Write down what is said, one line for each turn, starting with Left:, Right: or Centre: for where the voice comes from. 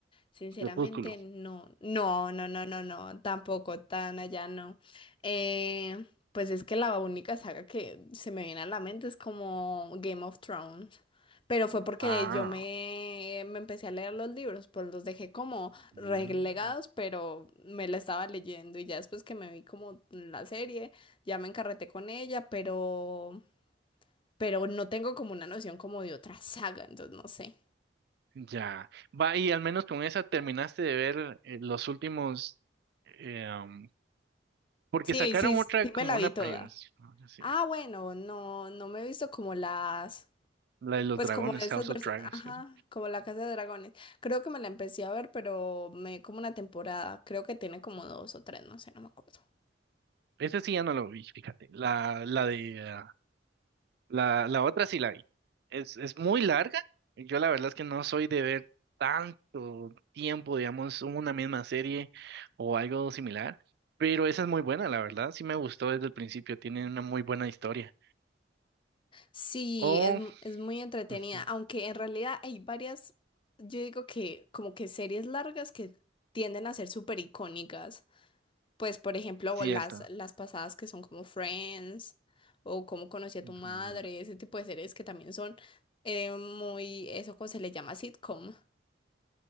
Left: Sinceramente,
Right: Crepúsculo.
Left: no, no, no, no, no, no, tampoco tan allá, no. Eh, pues es que la única saga que se me viene a la mente es como Game of Thrones. Pero fue porque
Right: Ah.
Left: yo me, me empecé a leer los libros, pues los dejé como
Right: mm.
Left: relegados, pero me la estaba leyendo y ya después que me vi como la serie, ya me encarreté con ella, pero, pero no tengo como una noción como de otra saga, entonces no sé.
Right: Ya. Va, y al menos con esa terminaste de ver eh, los últimos. eh, um, porque
Left: Sí,
Right: sacaron
Left: sí, sí
Right: otra como
Left: me la
Right: una
Left: vi toda.
Right: previa. Sí.
Left: Ah, bueno, no, no me he visto como las,
Right: La de los
Left: pues
Right: dragones,
Left: como esas
Right: House
Left: versiones,
Right: of Dragons.
Left: ajá,
Right: Esa
Left: como La Casa de Dragones. Creo que me la empecé a ver, pero me como una temporada, creo que tiene como dos o tres, no sé, no me acuerdo.
Right: esa sí ya no lo vi, fíjate. La, la de. ah, la, la otra sí la vi. Es, es muy larga. Yo la verdad es que no soy de ver tanto tiempo, digamos, una misma serie o algo similar. Pero esa es muy buena, la verdad. Sí me gustó desde el principio. Tiene una muy buena historia.
Left: Sí,
Right: O.
Left: es, mu- es muy entretenida,
Right: Ujú,
Left: aunque en realidad hay varias, yo digo que como que series largas que tienden a ser súper icónicas. Pues, por ejemplo,
Right: Cierto.
Left: las, las pasadas que son como Friends o cómo conocí a
Right: Ujú.
Left: tu madre, ese tipo de series que también son eh, muy, eso como se le llama sitcom.